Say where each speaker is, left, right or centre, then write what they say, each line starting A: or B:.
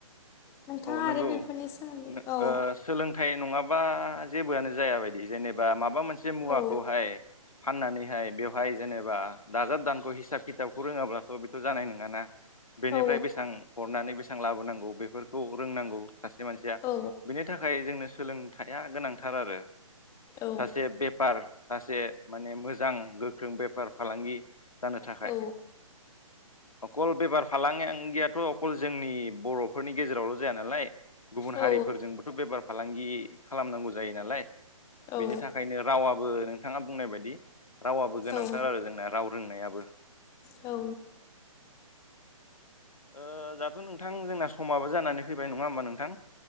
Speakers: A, on the left; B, on the left.
A: नोंथाङा
B: नंगौ
A: आरो
B: औ ओ
A: बेफोरनि सोमोन्दै औ
B: सोलोंथाइ नङाबा जेबोआनो जायाबायदि जेनेबा माबा मोन से मुवाखौहाय
A: औ
B: फाननानैहाय बेवहाय जेनेबा दाजाब दानख' हिसाब खिथाबखौ रोङाब्लाथ' बेथ' जानाय नोङाना। बेनिफ्राय
A: औ
B: बेसेबां हरनानै बेसेबां लाबोनांगौ बेफोर खौ रोंनांगौ सासे मानसिया
A: औ
B: बिनि थाखाय जोंनो सोलोंथाइया गोनांथार आरो
A: औ
B: सासे बेफार सासे माने मोजां गोख्रों बेफार फालांगि जानो थाखाय
A: औ
B: अखल बेफार फालांगियाथ' अखल जोंनि बर'फोरनि गेजेरावल' जाया नालाय। गुबुन हारिफोरजोंबोथ'
A: औ
B: बेफार फालांगि खालामनांगौ जायो नालाय।
A: औ
B: बेनि थाखायनो रावाबो नोंथाङा बुंनाय बायदि। रावाबो गोनांथार
A: औ
B: आरो जोंना राव रोंनायाबो।
A: औ।
B: ओ दाथ' नोंथां जोंना समाबो जानानै फैबाय नङा होमबा नोंथां?